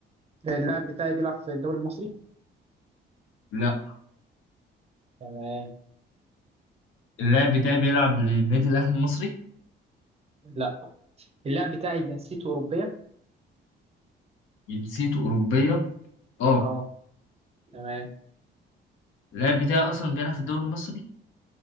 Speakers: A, on the right; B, on the left.
A: اللاعب بتاعي بيلعب في الدوري المصري
B: لا
A: تمام
B: اللاعب بتاعي بيلعب للنادي الاهلي المصري
A: لا اللاعب بتاعي جنسيته أوروبية
B: جنسيته اوروبية اه
A: اه تمام
B: اللاعب بتاعي اصلا بيلعب في الدوري المصري